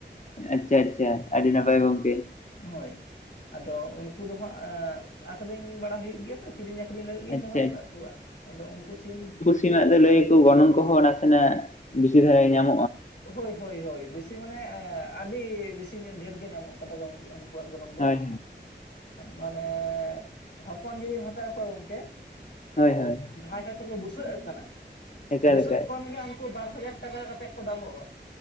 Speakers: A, on the left; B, on the left.
A: ᱟᱪᱪᱷᱟ ᱟᱪᱪᱷᱟ ᱟᱹᱰᱤ ᱱᱟᱯᱟᱭ ᱜᱚᱝᱠᱮ
B: ᱦᱳᱭ ᱟᱫᱚ ᱩᱱᱠᱩ ᱫᱚ ᱦᱟᱸᱜ ᱟᱠᱷᱨᱤᱧ ᱵᱟᱲᱟ ᱦᱩᱭᱩᱜ ᱜᱮᱭᱟ ᱛᱚ ᱠᱤᱨᱤᱧ ᱟᱠᱷᱨᱤᱧ ᱞᱟᱹᱜᱤᱫ ᱜᱤᱧ
A: ᱟᱪᱪᱷᱟ
B: ᱫᱚᱦᱚ ᱟᱠᱟᱫ ᱠᱚᱣᱟ ᱟᱫᱚ ᱩᱱᱠᱩ ᱥᱤᱢ
A: ᱥᱤᱢ ᱟᱜ ᱫᱚ ᱞᱟᱹᱭᱟᱠᱚ ᱜᱚᱱᱚᱝ ᱠᱚᱦᱚᱸ ᱱᱟᱥᱮᱱᱟᱜ ᱵᱮᱥᱤ ᱫᱷᱟᱨᱟ ᱧᱟᱢ
B: ᱦᱳᱭ ᱦᱳᱭ ᱦᱳᱭ ᱵᱤᱥᱤ ᱢᱟᱱᱮ ᱟᱹᱰᱤ ᱵᱮᱥᱤ ᱧᱚᱜ ᱰᱷᱮᱨ ᱜᱮ ᱧᱟᱢᱚᱜ ᱠᱟᱫᱟ ᱜᱳᱢᱠᱮᱼᱼ ᱩᱱᱠᱩᱣᱟᱜ ᱜᱚᱱᱚᱝ ᱫᱚ
A: ᱦᱳᱭ
B: ᱢᱟᱱᱮ ᱦᱚᱯᱚᱱ ᱡᱩᱫᱤᱢ ᱦᱟᱛᱟᱣ ᱠᱚᱣᱟ ᱜᱚᱝᱠᱮ
A: ᱦᱳᱭ ᱦᱳᱭ
B: ᱡᱟᱦᱟᱸᱭ ᱠᱷᱟᱹᱭᱟᱹᱛ ᱠᱚ ᱵᱩᱥᱟᱹᱜ ᱠᱟᱱᱟ
A: ᱮᱠᱟᱞ
B: ᱵᱩᱥᱟᱹᱜ
A: ᱮᱠᱟᱞ
B: ᱠᱷᱚᱱ ᱜᱮ ᱩᱱᱠᱩ ᱵᱟᱨ ᱦᱟᱡᱟᱨ ᱴᱟᱠᱟᱼᱼ ᱥᱮᱫ ᱠᱚ ᱫᱟᱢᱚᱜᱼᱟ